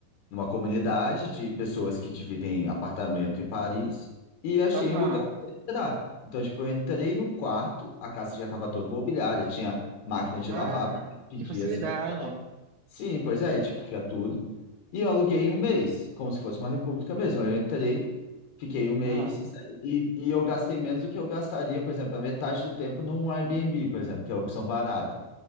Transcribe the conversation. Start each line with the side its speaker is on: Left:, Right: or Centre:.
Left: numa comunidade de pessoas que dividem apartamento em Paris e achei
Right: aham.
Left: um lugar para entrar. Então, tipo, eu entrei num quarto, a casa já estava toda mobiliada, tinha máquina de lavar,
Right: Ah,
Left: porque de
Right: que
Left: dia
Right: facilidade.
Left: você vai precisar lavar. Sim, pois é, tipo, tinha tudo. E eu aluguei um mês, como se fosse uma república mesmo. Aí eu entrei, fiquei um mês
Right: Ah,
Left: e saí. E, e eu gastei menos do que eu gastaria, por exemplo, a metade do tempo num Airbnb, por exemplo, que é a opção barata.